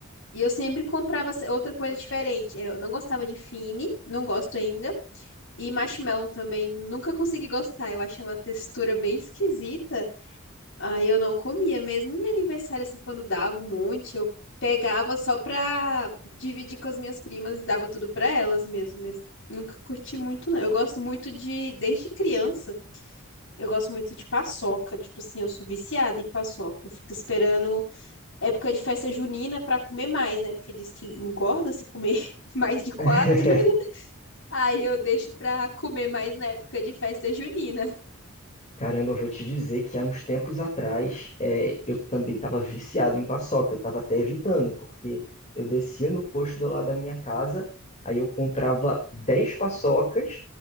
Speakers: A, on the left; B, on the left.
A: e eu sempre comprava se- outra coisa diferente. Eu não gostava de fine, não gosto ainda. E marshmallow também nunca consegui gostar. Eu achava a textura bem esquisita. Aí eu não comia mesmo em aniversário assim quando dava um monte, eu pegava só pra dividir com as minhas primas e dava tudo pra elas mesmo, mas nunca curti muito não. Eu gosto muito de desde criança eu gosto muito de paçoca, tipo assim, eu sou viciada em paçoca. Eu fico esperando época de festa junina pra comer mais, né? Porque diz que engorda se comer <laughs> mais de quatro.
B: <laughs>
A: <laughs> Aí eu deixo pra comer mais na época de festa junina.
B: Caramba, eu vou te dizer que há uns tempos atrás é, eu também estava viciado em paçoca, eu estava até evitando, porque eu descia no posto do lado da minha casa, aí eu comprava dez paçocas